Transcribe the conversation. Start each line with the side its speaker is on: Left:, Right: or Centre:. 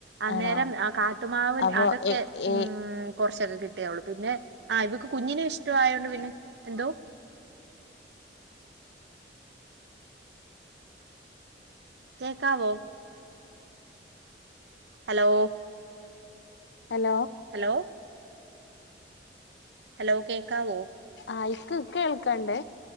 Right: അന്നേരം
Left: ആണോ
Right: അഹ് കാട്ടുമാവൻ
Left: അപ്പൊ
Right: അതൊക്കെ
Left: എ ഏ
Right: മ്മ്ഹ് കൊറച്ചൊക്കെ കിട്ടിയവൾ പിന്നെ ആഹ് ഇവക്ക് കുഞ്ഞിനെ ഇഷ്ട ആയോണ്ട് പിന്നെ, എന്തോ? കേക്കാവോ? ഹലോ
Left: ഹലോ
Right: ഹലോ ഹലോ കേക്കാവോ?
Left: ആഹ് ഇക്ക് ഇക്കേൾക്കണ്ട്.